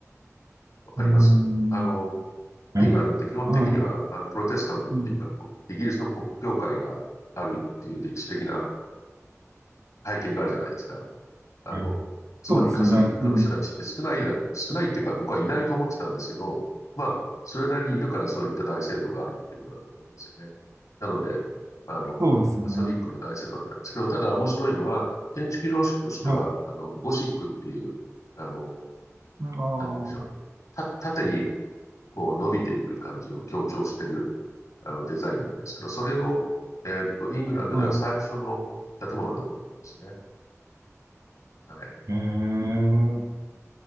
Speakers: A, on the left (about 65°); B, on the right (about 75°).
A: わかりますあの、
B: うんえ、
A: イングランドって基本的には、
B: はい。
A: あの、プロテスタントっていうか、
B: うん。
A: こイギリスの国教会があるっていう歴史的な背景があるじゃないですか。あの、
B: え
A: つまりカトリックの人たちって少ないな、
B: そうですよね。うん。
A: 少ないっていうか僕はいないと思ってたんですけど、まあ、それなりにいるからそういった大聖堂があるっていうことだと思うんですよね。なので、あの、
B: そうですよね。
A: カトリックの大聖堂なんですけど、ただ面白いのは、建築様式としては、
B: はい。
A: あの、ゴシックっていう、あの、
B: ああ、
A: なんて言うんでしょう。た、縦にこう伸びていく感じを強調してる、あの、デザインなんですけど、それの、えーっと、イングランドでは最初の建物だって言ってましたね。
B: はい。
A: はい。
B: ええ。